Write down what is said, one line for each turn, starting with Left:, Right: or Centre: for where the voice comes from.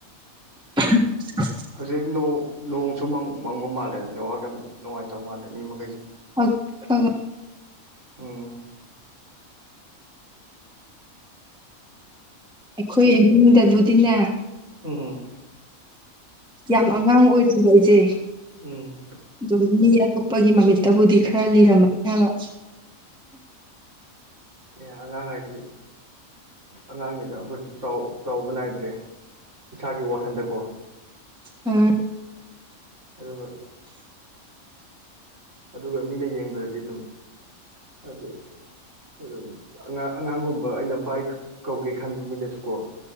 Centre: <unintelligible>
Right: ꯍꯧꯖꯤꯛꯅꯣꯡ ꯅꯣꯡꯁꯨ ꯃꯪ ꯃꯪꯕ ꯃꯥꯜꯂꯦ ꯅꯦꯠꯋꯥꯛ ꯌꯥꯝ ꯅꯨꯡꯉꯥꯏꯇꯕ ꯃꯥꯜꯂꯦ ꯃꯤ ꯃꯈꯩꯁꯦ
Centre: ꯈ ꯈ
Right: ꯎꯝ
Centre: ꯑꯩꯈꯣꯏ ꯏꯃꯨꯡꯗꯕꯨꯗꯤꯅꯦ
Right: ꯎꯝ
Centre: ꯌꯥꯝ ꯑꯉꯥꯡ ꯑꯣꯏꯁꯤꯕ ꯑꯩꯖꯦ
Right: ꯎꯝ
Centre: ꯑꯗꯨꯝ ꯃꯤ ꯑꯇꯣꯞꯄꯒꯤ ꯃꯃꯤꯠꯇꯕꯨꯗꯤ ꯈꯔ ꯂꯤꯔꯝꯃꯅꯤ ꯍꯥꯏꯕ
Right: ꯑꯦ ꯑꯉꯥꯡ ꯍꯥꯏꯁꯤꯗꯤ ꯑꯉꯥꯡꯅꯤꯗ ꯑꯈꯣꯏꯁꯨ ꯆꯥꯎ ꯆꯥꯎꯕ ꯅꯥꯏꯗ꯭ꯔꯦ ꯏꯁꯥꯒꯤ ꯋꯥꯈꯟꯗꯀꯣ
Centre: ꯎꯝ
Right: ꯑꯗꯨꯒ ꯑꯗꯨꯒ ꯃꯤꯅ ꯌꯦꯡꯕꯗꯗꯤ ꯑꯗꯨꯝ ꯍꯥꯏꯗꯤ ꯑꯗꯨꯝ ꯑꯉꯥꯡ ꯑꯉꯥꯡꯒꯨꯝꯕ ꯑꯩꯅ ꯕꯥꯏ ꯀꯧꯒꯦ ꯈꯟꯕ ꯃꯤꯅꯁꯨꯀꯣ